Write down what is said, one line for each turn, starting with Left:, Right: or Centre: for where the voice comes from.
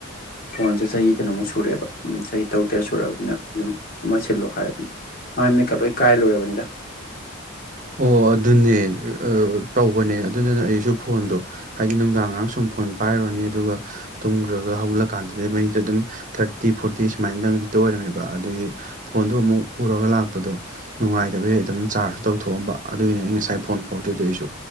Left: ꯐꯣꯟꯁꯦ ꯆꯍꯤ ꯀꯩꯅꯣꯃꯨꯛ ꯁꯨꯔꯛꯑꯦꯕ ꯆꯍꯤ ꯇꯔꯨꯛ ꯇꯔꯦꯠ ꯁꯨꯔꯕꯅꯤꯅ ꯑꯗꯨꯝ ꯑꯃ ꯁꯤꯜꯂꯣ ꯍꯥꯏꯔꯕꯅꯤꯅ ꯃꯥ ꯃꯀꯂꯣꯏ ꯀꯥꯏ ꯂꯣꯏꯔꯕꯅꯤꯗ
Right: ꯑꯣ ꯑꯗꯨꯅꯦ ꯇꯧꯕꯅꯦ ꯑꯗꯨꯗꯨꯅ ꯑꯩꯁꯨ ꯐꯣꯟꯗꯣ ꯍꯥꯏꯗꯤ ꯅꯨꯡꯗꯥꯡ ꯉꯥꯏꯍꯥꯛ ꯁꯨꯝ ꯐꯣꯟ ꯄꯥꯏꯔꯨꯔꯅꯤ ꯑꯗꯨꯒ ꯇꯨꯝꯈ꯭ꯔꯒ ꯍꯧꯒꯠꯂꯀꯥꯟꯗꯗꯤ ꯃꯩꯗ ꯑꯗꯨꯝ ꯊꯥꯔꯇꯤ ꯐꯣꯔꯇꯤ ꯁꯨꯃꯥꯏꯅꯗꯪ ꯍꯦꯛꯇ ꯑꯣꯏꯔꯝꯃꯦꯕ ꯑꯗꯨꯒꯤ ꯐꯣꯟꯗꯣ ꯑꯃꯨꯛ ꯄꯨꯔꯒ ꯂꯥꯛꯄꯗꯣ ꯅꯨꯡꯉꯥꯏꯗꯕꯒꯤ ꯑꯗꯨꯝ ꯆꯥꯔꯖꯁꯨ ꯇꯧ ꯄꯨꯊꯣꯛꯑꯝꯕ ꯑꯗꯨꯏꯅꯦ ꯑꯩ ꯉꯁꯥꯏ ꯐꯣꯟ ꯐꯥꯎꯗꯣꯏꯗ ꯑꯩꯁꯨ